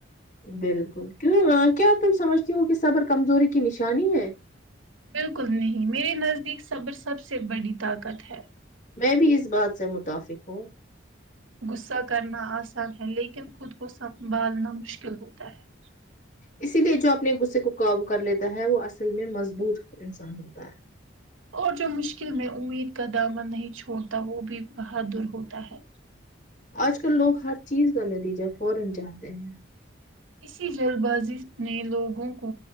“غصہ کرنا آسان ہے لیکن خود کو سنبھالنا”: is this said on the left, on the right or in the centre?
Right